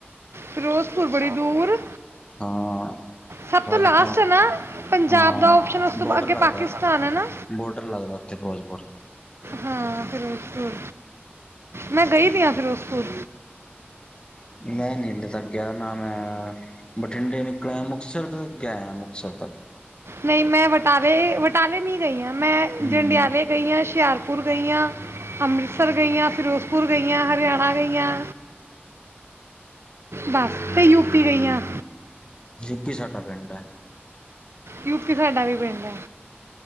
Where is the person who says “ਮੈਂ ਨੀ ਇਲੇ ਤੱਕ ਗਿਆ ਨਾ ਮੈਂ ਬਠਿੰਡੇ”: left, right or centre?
Left